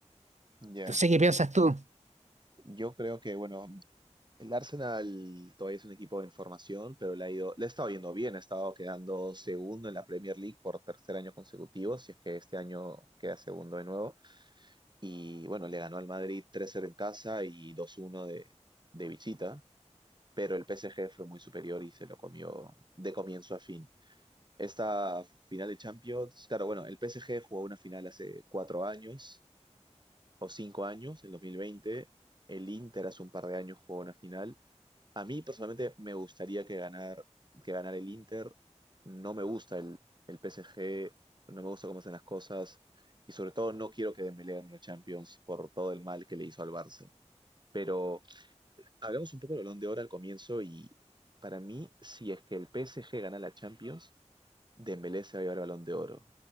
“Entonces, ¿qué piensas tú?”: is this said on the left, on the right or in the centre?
Right